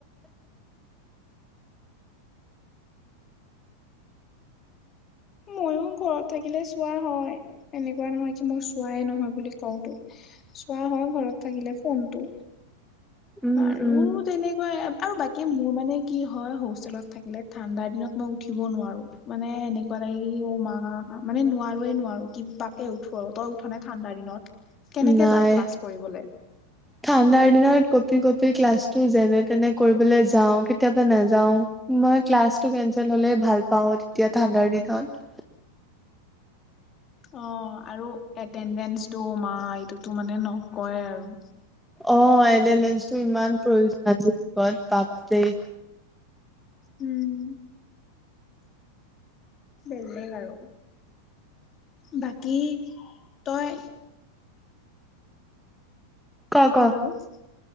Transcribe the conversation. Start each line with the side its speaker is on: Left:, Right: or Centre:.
Left: ময়ো ঘৰত থাকিলে চোৱা হয় এনেকোৱা নহয় কি মোৰ চোৱাই নহয় বুলি কওতো। চোৱা হয় ঘৰত থাকিলে ফোনটো
Centre: উম
Left: আৰু
Centre: উম
Left: তেনেকোৱা আৰু বাকী মোৰ মানে কি হয় হোষ্টেলত থাকিলে, ঠাণ্ডাৰ দিনত মই উঠিব নোৱাৰো। মানে এনেকোৱা লাগে কি, অ মা, মানে নোৱাৰোয়ে, নোৱাৰো, কিবাকে উঠো আৰু। তই উঠ নে ঠাণ্ডা দিনত, কেনেকে
Centre: নাই
Left: যাও ক্লাছ কৰিবলে?
Centre: ঠাণ্ডাৰ দিনত কপি কপি ক্লাছটো যেনে তেনে কৰিবলৈ যাও, কেতিয়াবা নাযাওঁ, মই ক্লাছটো কেনচেল হলে ভাল পাওঁ তেতিয়া, ঠাণ্ডাৰ দিনত।
Left: অ আৰু এটেনডেঞ্চটো মা'এইটোতো মানে নকয় আৰু।
Centre: অ এ এটেডেঞ্চটো ইমান প্ৰয়োজন আজিৰ <unintelligible> লগত বাপ ৰে।
Left: উম। বেলেগ আৰু। বাকী তই
Centre: ক ক
Left: হেল্ল'